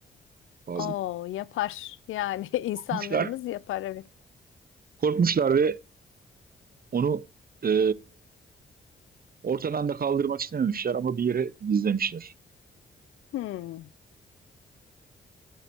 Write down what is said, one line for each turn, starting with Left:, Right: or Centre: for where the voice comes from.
Right: Bazı
Left: Oo, yapar. Yani <laughs> insanlarımız
Right: korkmuşlar,
Left: yapar. Evet.
Right: korkmuşlar ve onu e, Ortadan da kaldırmak istememişler ama bir yere gizlemişler.
Left: Hmm.